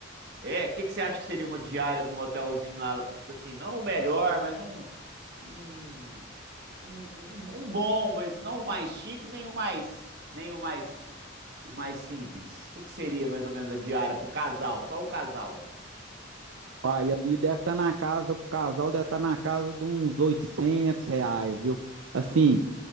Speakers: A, on the right; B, on the right.
A: É, o que que você acha que seria uma diária num hotelzinho lá? Tipo assim, não o melhor, mas um, um, um, um- um bom, mas não o mais chique, nem o mais, nem o mais, o mais simples. O que que seria mais ou menos a diária pro casal? Só o casal?
B: Aí ali deve estar na casa, o casal deve estar na casa de uns 800 reais, viu? Assim,